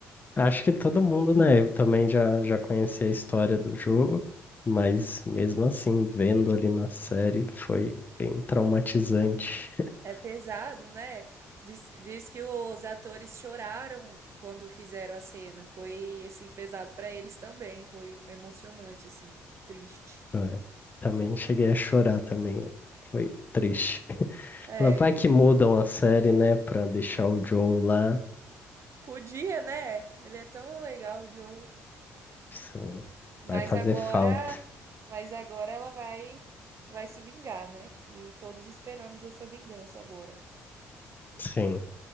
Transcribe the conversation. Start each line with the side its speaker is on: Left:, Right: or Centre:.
Left: Acho que todo mundo, né? Eu também já, já conheci a história do jogo, mas mesmo assim, vendo ali na série, foi bem traumatizante. <laughs>
Right: É pesado, né? Diz, diz que os atores choraram quando fizeram a cena. Foi assim pesado pra eles também. Foi emocionante, assim, triste.
Left: É, Também cheguei a chorar também. Foi triste.
Right: É,
Left: Ela vai que mudam a série, né, pra deixar o Joe lá.
Right: podia, né? Ele é tão legal, o Joey.
Left: Sim,
Right: Mas
Left: vai fazer
Right: agora,
Left: falta.
Right: mas agora ela vai, vai se vingar, né? E todos esperamos essa vingança agora.
Left: Sim,